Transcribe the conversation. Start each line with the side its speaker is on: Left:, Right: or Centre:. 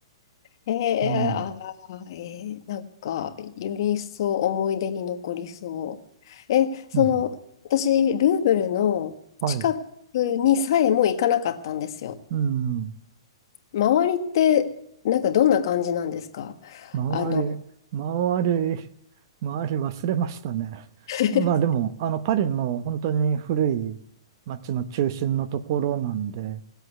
Left: ええああー、
Right: うん、
Left: えーなんか、より一層思い出に残りそう。え、その、
Right: うん、
Left: 私、ルーブルの近く
Right: はい、
Left: にさえも行かなかったんですよ。
Right: うん、
Left: 周りって、なんかどんな感じなんですか
Right: 周り、
Left: あの、
Right: 周り、周り忘れましたね。
Left: <laughs>
Right: まあでも、あの、パリの本当に古い街の中心のところなんで、